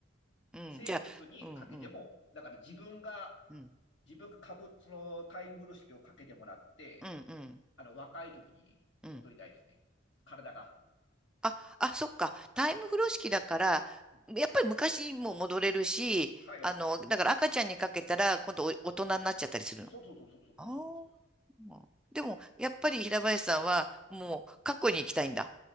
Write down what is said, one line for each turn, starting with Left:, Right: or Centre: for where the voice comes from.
Centre: うん。
Left: 生物にかけても、
Centre: じゃあ、うんうん。
Left: だから自分が
Centre: うん。
Left: 自分が株、そのタイム風呂式をかけてもらって、
Centre: うんうん。
Left: あの、若い時に戻りたいですね。
Centre: うん。
Left: 体が。
Centre: あ、あ、そっか。タイム風呂式だから、
Left: うん。うん
Centre: やっぱり昔も戻れるし、
Left: はいはい。
Centre: あの、だから赤ちゃんにかけたら、今度お大人になっちゃったりするの。
Left: そうそうそうそうそう、
Centre: あ
Left: そうですよ。
Centre: あ。でも、やっぱり平林さんは、もう過去に行きたいんだ。
Left: うん。